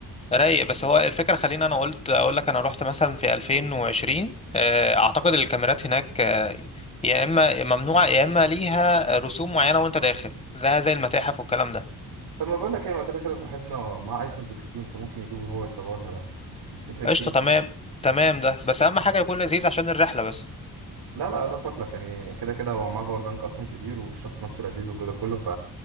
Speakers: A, on the left (about 15°); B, on the right (about 85°).
A: رايق بس هو الفكرة خليني انا قلت اقول لك انا رحت مثلا في 2020 آه، اعتقد الكاميرات هناك آه، يا اما ممنوعة يا اما ليها رسوم معينة وانت داخل زيها زي المتاحف والكلام ده
B: طب ما بقول لك ايه ما كده كده صاحبنا مع ايفون 16 فممكن يجيبه هو يصورنا ده مش تفرق
A: قشطة
B: كتير
A: تمام تمام ده بس اهم حاجة يكون لذيذ عشان الرحلة بس
B: لا لا لا تقلق يعني كده كده هو معاه باور بانك اصلا كبير والشخص نفسه لذيذ والجو ده كله ف